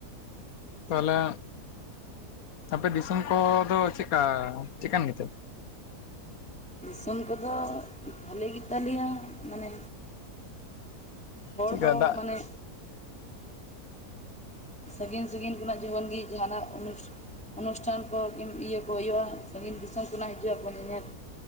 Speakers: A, on the left; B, in the centre.
A: ᱛᱟᱦᱚᱞᱮ ᱟᱯᱮ ᱫᱤᱥᱚᱢ ᱠᱚᱫᱚ ᱪᱮᱫᱠᱟ ᱪᱮᱠᱟᱱ ᱜᱮᱛᱮ
B: ᱫᱤᱥᱚᱢ ᱠᱚᱫᱚ ᱵᱷᱟᱞᱤ ᱜᱮᱛᱟᱞᱮᱭᱟ ᱢᱟᱱᱮ ᱦᱚᱲ
A: ᱪᱮᱫᱠᱟ
B: ᱦᱚᱸ
A: ᱫᱟᱜ
B: ᱢᱟᱱᱮ ᱥᱟᱺᱜᱤᱧ ᱥᱟᱺᱜᱤᱧ ᱠᱷᱚᱱᱟᱜ ᱡᱚᱠᱷᱚᱱ ᱜᱮ ᱡᱟᱦᱟᱱᱟᱜ ᱟᱱᱩᱥ ᱚᱱᱩᱥᱴᱷᱟᱱ ᱠᱚ ᱠᱤ ᱤᱭᱟᱹ ᱠᱚ ᱦᱩᱭᱩᱜᱼᱟ ᱥᱟᱺᱜᱤᱧ ᱫᱤᱥᱚᱢ ᱠᱷᱚᱱᱟᱜ ᱦᱤᱡᱩᱜᱼᱟᱠ ᱧᱮᱧᱮᱞ